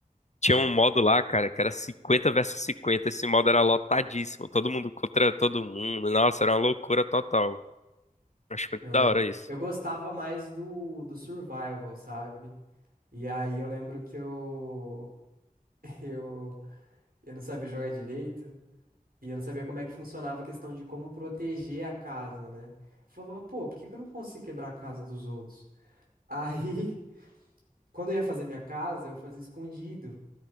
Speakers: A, on the left; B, on the right.
A: Tinha um modo lá, cara, que era 50 versus 50. Esse modo era lotadíssimo. Todo mundo contra todo mundo. Nossa, era uma loucura total. Acho muito
B: Eu
A: da
B: lembro.
A: hora isso.
B: Eu gostava mais do, do survival, sabe? E aí eu lembro que eu, <laughs> eu, eu não sabia jogar direito e eu não sabia como é que funcionava a questão de como proteger a casa, né? Eu falava, pô, por que que eu não consigo quebrar a casa dos outros? <laughs> Aí Quando eu ia fazer minha casa, eu fazia escondido,